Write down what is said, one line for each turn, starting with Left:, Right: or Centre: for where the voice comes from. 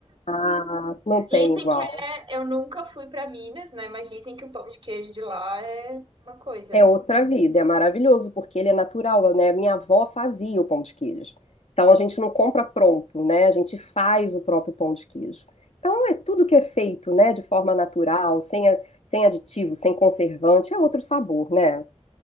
Left: Ah, não
Right: Dizem
Left: tem igual.
Right: que é, eu nunca fui para Minas, né? Mas dizem que o pão de queijo de lá é uma coisa,
Left: É
Right: né?
Left: outra vida, é maravilhoso, porque ele é natural, né? Minha avó fazia o pão de queijo. Então a gente não compra pronto, né? A gente faz o próprio pão de queijo. Então é tudo que é feito, né, de forma natural, sem, a- sem aditivo, sem conservante, é outro sabor, né?